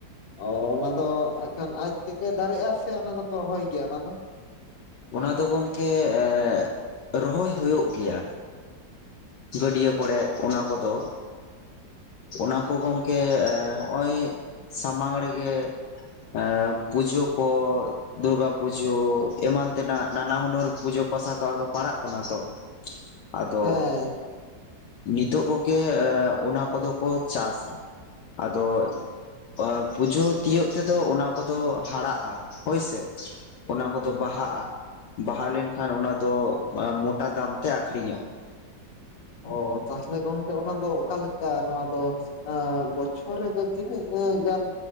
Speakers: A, on the left; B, on the left.
A: ᱚ ᱚᱱᱟ ᱫᱚ ᱦᱟᱸᱜ ᱠᱷᱟᱱ ᱟᱡ ᱛᱮᱠᱮ ᱫᱟᱨᱮᱜᱼᱟ ᱥᱮ ᱚᱱᱟ ᱫᱚ ᱯᱮ ᱨᱚᱦᱚᱭ ᱜᱮᱭᱟ ᱚᱱᱟ ᱫᱚ
B: ᱚᱱᱟ ᱫᱚ ᱜᱚᱢᱠᱮ ᱮ ᱨᱚᱦᱚᱭ ᱦᱳᱭᱳᱜ ᱜᱮᱭᱟ᱾ ᱜᱟᱹᱰᱭᱟᱹ ᱠᱚᱲᱮ ᱚᱱᱟ ᱠᱚᱫᱚ ᱚᱱᱟ ᱠᱚ ᱜᱚᱢᱠᱮ ᱦᱚᱜ ᱚᱭ ᱥᱟᱢᱟᱝ ᱨᱮᱜᱮ ᱮᱸ ᱯᱩᱡᱳ ᱠᱚ ᱫᱩᱨᱜᱟ ᱯᱩᱡᱟᱹ ᱡᱳ ᱮᱢᱟᱱ ᱛᱮᱱᱟᱜ ᱱᱟᱱᱟ ᱦᱩᱱᱟᱹᱨ ᱯᱩᱡᱟᱹ ᱯᱟᱥᱟ ᱛᱚ ᱟᱫᱚ ᱯᱟᱲᱟᱜ ᱠᱟᱱᱟ ᱛᱚ ᱟᱫᱚ
A: ᱦᱮᱸ
B: ᱱᱤᱛᱚᱜ ᱠᱚ ᱜᱮ ᱚᱱᱟ ᱠᱚᱫᱚ ᱠᱚ ᱪᱟᱥ ᱟᱫᱚ ᱟ ᱯᱩᱡᱳ ᱛᱤᱭᱳᱜ ᱛᱮᱫᱚ ᱚᱱᱟ ᱠᱚᱫᱚ ᱦᱟᱲᱟᱜᱼᱟ ᱦᱳᱭᱥᱮ ᱚᱱᱟ ᱠᱚᱫᱚ
A: ᱚ
B: ᱵᱟᱦᱟᱜᱼᱟ ᱵᱟᱦᱟ ᱞᱮᱱᱠᱷᱟᱱ ᱚᱱᱟ ᱫᱚ ᱢᱚᱴᱟ ᱫᱟᱢ ᱛᱮ ᱟᱠᱷᱨᱤᱧᱚᱜᱼᱟ
A: ᱚ ᱛᱟᱦᱚᱞᱮ ᱜᱚᱝᱠᱮ ᱚᱱᱟ ᱫᱚ ᱚᱠᱟᱞᱮᱠᱟ ᱱᱚᱣᱟ ᱫᱚ ᱟ ᱵᱚᱪᱷᱚᱨ ᱨᱮ ᱫᱚ ᱛᱤᱱᱟᱹᱜ ᱜᱟᱱ